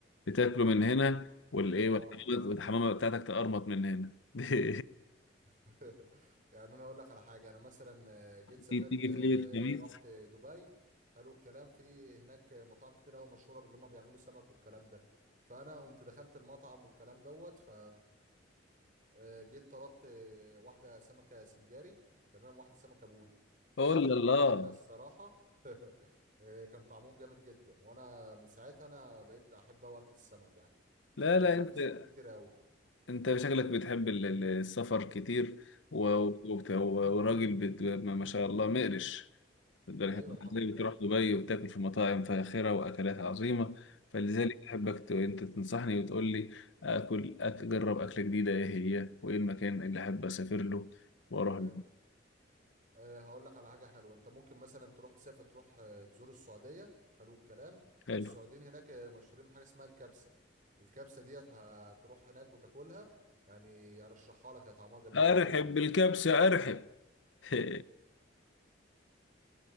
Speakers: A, on the left (about 80°); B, on the right (about 45°).
A: بتاكله من هنا والايه
B: اه
A: والحمامه والحمامة بتاعتك تقرمط من هنا <laughs>
B: <laughs> يعني انا اقول لك على حاجه انا مثلا آه، جيت سافرت
A: تيجي في ليله
B: آه،
A: الخميس
B: رحت دبي حلو الكلام في هناك مطاعم كتير قوي مشهوره باللي هم بيعملوا سمك والكلام ده فانا قمت دخلت المطعم والكلام دوت ف آه، جيت طلبت آه، واحده سمكه سنجاري تمام واحده سمكه بوري
A: قول
B: جيت اكلتهم
A: الله
B: من هنا الصراحه <laughs> آه، كان طعمهم جامد جدا وانا من ساعتها انا بقيت احب قوي اكل السمك يعني
A: لا
B: لان
A: لا
B: فيها
A: انت
B: فسفور كتير قوي
A: انت شكلك بتحب ال- ال- السفر كتير و-
B: امم
A: وبت- وراجل بت... ما ما شاء الله مقرش لدرجة
B: ايوه
A: إنك
B: الحمد
A: ازاي
B: لله
A: بتروح دبي وبتاكل في مطاعم فاخرة واكلات عظيمة فلذلك
B: امم
A: احبك ت... انت تنصحني وتقول لي اكل أك- اجرب اكلة جديدة ايه هي وايه المكان اللي احب اسافر له واروح
B: حلو
A: له
B: أه هقول لك على حاجة حلوة انت ممكن مثلا تروح تسافر تروح آه، تزور السعودية حلو الكلام
A: حلو
B: السعوديين هناك آه، مشهورين بحاجة اسمها الكبسة الكبسة ديت هتروح هناك وتاكلها يعني ارشحها لك يا طعمها جميل
A: ارحب
B: جدا يعني
A: بالكبسة ارحب <laughs>